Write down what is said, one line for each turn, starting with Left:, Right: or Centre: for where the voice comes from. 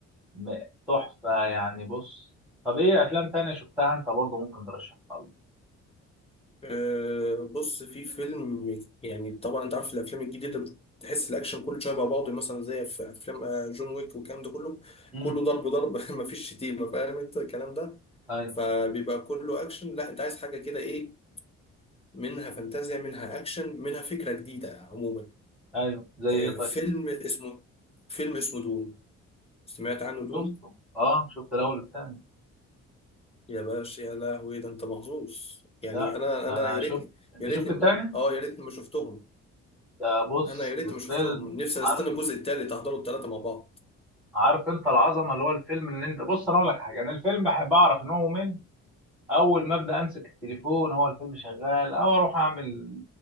Centre: م- تحفه يعني بص طب ايه افلام تانية شفتها انت برضه ممكن ترشحها لي
Left: آه، بص في فيلم يعني طبعا انت عارف الافلام الجديده بتحس الاكشن كله شبه بعضه مثلا زي في افلام آه، جون ويك والكلام ده كله
Centre: امم
Left: كله ضرب ضرب <laughs> مفيش شتيمه فاهم انت الكلام ده
Centre: ايوه
Left: فبيبقى كله اكشن لا انت عايز حاجه كده ايه منها فانتازيا منها اكشن منها فكره جديده عموما
Centre: ايوه زي ايه
Left: آه،
Centre: طيب
Left: فيلم اسمه فيلم اسمه دون سمعت عنه دون
Centre: شفته اه شفت الاول والتاني
Left: يا باشا يا لهوي ده انت محظوظ يعني
Centre: لا
Left: انا
Centre: ده
Left: انا
Centre: انا
Left: يا
Centre: شفت
Left: ريتني
Centre: انت
Left: يا
Centre: شفت
Left: ريتني
Centre: التاني
Left: اه يا ريتني ما شفتهم
Centre: ده بص
Left: انا يا ريتني
Centre: الفيلم
Left: ما شفتهم نفسي
Centre: عارف
Left: استنى الجزء التالت احضره التلاته مع بعض
Centre: عارف انت العظمه اللي هو الفيلم اللي انت بص انا اقول لك حاجه انا الفيلم بحب اعرف ان هو ممل اول ما ابدا امسك التليفون هو الفيلم شغال او اروح اعمل